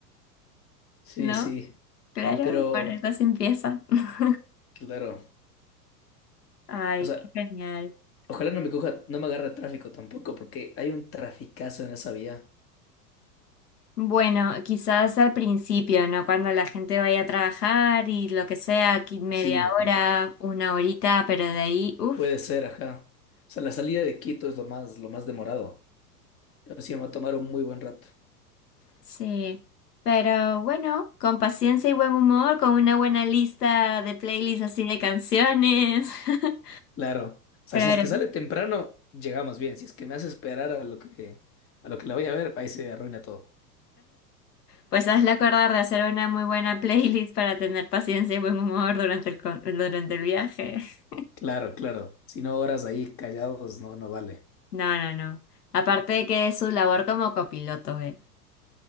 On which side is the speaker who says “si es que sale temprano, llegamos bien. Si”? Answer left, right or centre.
Left